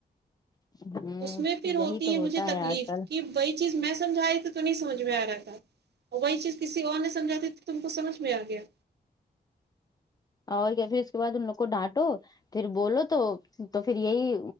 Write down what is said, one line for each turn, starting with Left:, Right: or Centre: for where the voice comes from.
Left: ہوں
Right: اس میں پھر ہوتی
Left: یہی تو
Right: ہے
Left: ہوتا
Right: مجھے تکلیف
Left: آج کل
Right: کہ وہی چیز میں سمجھائی تھی تو نہیں سمجھ میں آ رہا تھا اور وہی چیز کسی اور نہیں سمجھی تھی تم کو سمجھ میں آ گیا
Left: اور کیا پھر اس کے بعد ان لوگ کو ڈانٹو پھر بولو تو تو پھر یہی